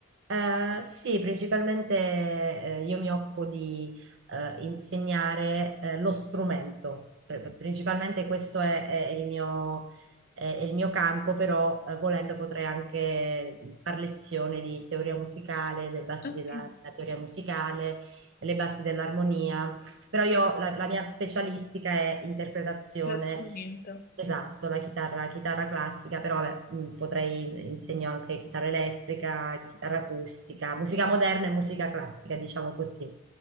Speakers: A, on the right (about 60°); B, on the left (about 45°).
A: Eh, sì, principalmente eh, io mi occupo di eh, insegnare eh, lo strumento, Pr- principalmente questo è, è il mio, è- è il mio campo, però eh, volendo potrei anche far lezione di teoria musicale, le basi
B: Ok,
A: della, della teoria musicale, le basi dell'armonia, però io la, la mia specialistica è interpretazione
B: lo strumento.
A: Esatto, la chitarra, chitarra classica, però vabbè, mh, potrei insegno anche chitarra elettrica, chitarra acustica, musica moderna e musica classica, diciamo così.